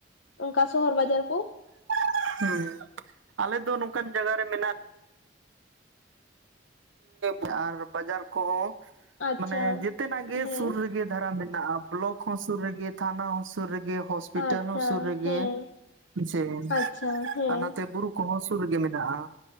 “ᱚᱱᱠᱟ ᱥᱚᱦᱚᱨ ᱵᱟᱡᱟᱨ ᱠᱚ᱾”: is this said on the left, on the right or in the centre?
Left